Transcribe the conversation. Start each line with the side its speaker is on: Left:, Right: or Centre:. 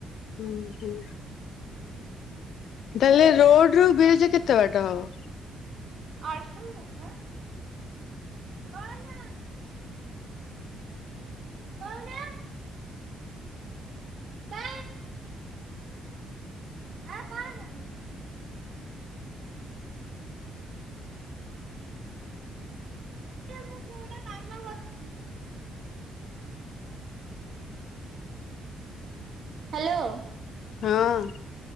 Left: ହୁଁ ହୁଁ ତାହାଲେ ରୋଡ଼ରୁ ବିରଜା କେତେ ବାଟ ହବ?
Right: ଅଳ୍ପ ବାଟ। କଣ କୋହୁନ। ବା ଆ କଣ? ମୁଁ ଗୋଟେ କରଚି। ହାଲୋ।
Left: ହଁ।